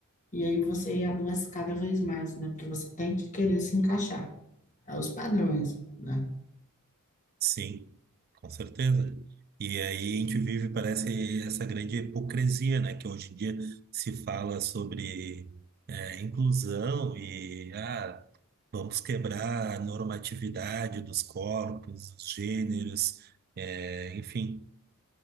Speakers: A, on the left; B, on the right.
A: E aí você adoece cada vez mais, né? Porque você tem que querer se encaixar aos padrões, né?
B: Sim, com certeza. E aí a gente vive, parece, essa grande hipocrisia, né, que hoje em dia se fala sobre é, inclusão e ah, vamos quebrar a normatividade dos corpos, dos gêneros, é, enfim.